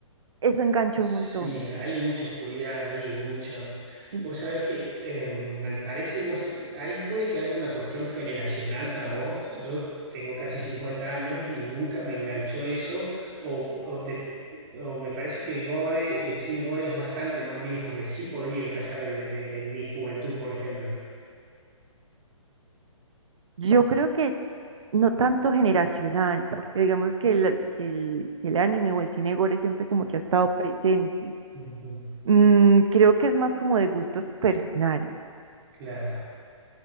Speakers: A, on the right; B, on the right.
A: Eso engancha
B: Sí,
A: un montón.
B: hay mucha oscuridad ahí, mucho.
A: Sí.
B: Vos sabés que eh, me parece, no sé, ahí puede que haya una cuestión generacional para vos. Yo tengo casi 50 años y nunca me enganchó eso, o, o te, o me parece que el gore, el cine gore es bastante más viejo, que sí podría encajar de- de- en mi juventud, por ejemplo.
A: Yo creo que no tanto generacional, porque digamos que el, que el, que el anime o el cine gore siempre como que ha estado presente.
B: Ujú,
A: Mm, creo que es más como de gustos personales.
B: Claro.